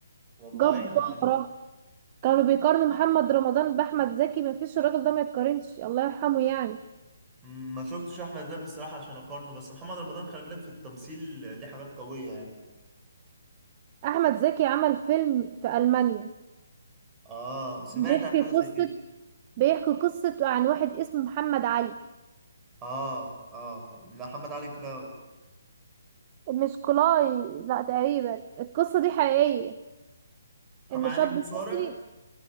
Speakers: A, on the right; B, on the right.
A: والله
B: جبارة
A: ما عارف.
B: كانوا بيقارنوا محمد رمضان بأحمد زكي مفيش الراجل ده ما يتقارنش الله يرحمه يعني
A: ما شفتش أحمد زكي الصراحة عشان أقارنه بس محمد رمضان خلي بالك في التمثيل ليه حاجات قوية يعني.
B: أحمد زكي عمل فيلم في ألمانيا
A: اه سمعت
B: بيحكي
A: عن حاجه زي
B: قصة
A: كده
B: بيحكي قصة عن واحد اسمه محمد علي
A: اه اه لا محمد علي كلاوي
B: مش كلاي لا تقريبا القصة دي حقيقية
A: محمد
B: إن شاب
A: علي مصارع
B: مصري